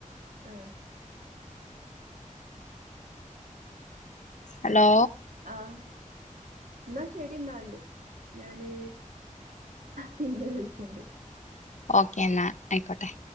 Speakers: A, on the right (about 75°); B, on the left (about 60°).
A: ആഹ്.
B: ഹലോ?
A: ആഹ്. ന്നാ ശരി ന്നാല്. ഞാന് പിന്നെ വിളിയ്ക്കണ്ട്.
B: ഓക്കെ ന്നാ അയ്ക്കോട്ടെ.